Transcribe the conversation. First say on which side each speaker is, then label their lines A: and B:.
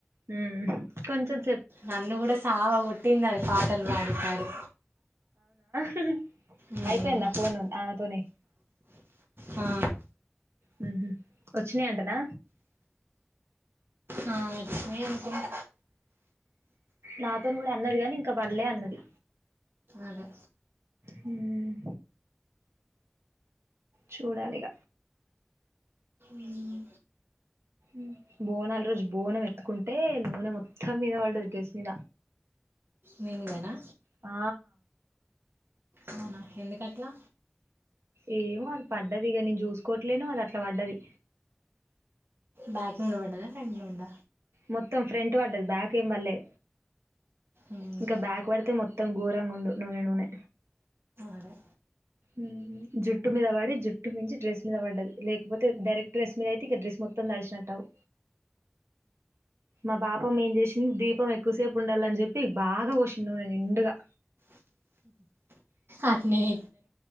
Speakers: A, on the right (about 70°); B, on the right (about 55°).
A: హ్మ్ కొంచద్
B: నన్ను కూడా సావా కొట్టింది అవి పాటలు పాడి పాడి
A: హ్మ్ హు
B: మ్మ్.
A: అయిపోయిందా ఫోను దాంతోనే
B: ఆ
A: హ్మ్ హు వచ్చినాయి అంటనా
B: ఆ, వచ్చినాయి అనుకుంటా
A: నాతోని కూడా అన్నది కాని ఇంకా పళ్లే అన్నది
B: అదే
A: హ్మ్ చూడాలి ఇగ
B: మ్మ్.
A: మ్మ్ బోనాల రోజు బోనం ఎత్తుకుంటే నూనె మొత్తం మీద పడ్డది డ్రెస్ మీద
B: నీ మీదనా
A: ఆ
B: అవునా ఎందుకట్లా
A: ఏమో అది పడ్డది ఇగ నేను చూసుకోట్లేను అది అట్లా పడ్డది
B: బ్యాక్ లో ఉండ పడ్డదా ఫ్రంట్ లో ఉండ
A: మొత్తం ఫ్రంట్ పడ్డది బ్యాక్ పల్లె
B: మ్మ్.
A: ఇంకా బ్యాక్ పడితే మొత్తం ఘోరంగా ఉండు నూనె నూనె
B: అదే
A: మ్మ్ జుట్టు మీద వాడి జుట్టు మించి డ్రెస్ మీద పడ్డది లేకపోతే డైరెక్ట్ డ్రెస్ మీద అయితే ఇక డ్రెస్ మొత్తం దడిచినట్టావు మా పాపం ఏం చేసింది దీపం ఎక్కువసేపు ఉండాలని చెప్పి బాగా పోషంది నేను నిండుగా
B: అట్లనే